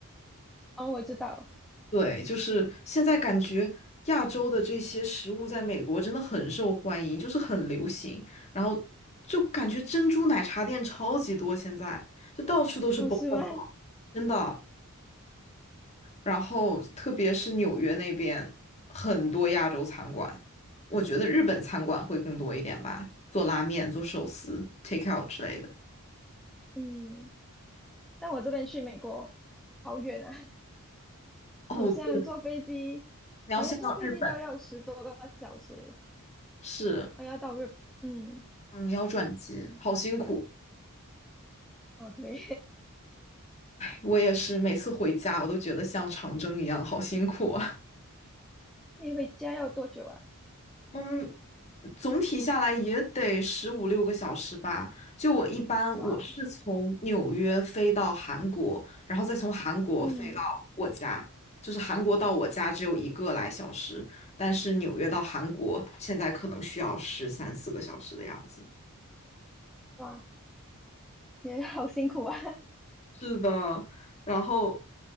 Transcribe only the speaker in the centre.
哦，我知道，
哦，
是吗？
嗯，但我这边去美国好远啊，<laughs>
好像坐飞机，
好像坐飞机都要十多个小时，
啊，要到日本，嗯，
哦，对，
<laughs> 你回家要多久啊？
哇，
嗯，
哇，也好辛苦啊，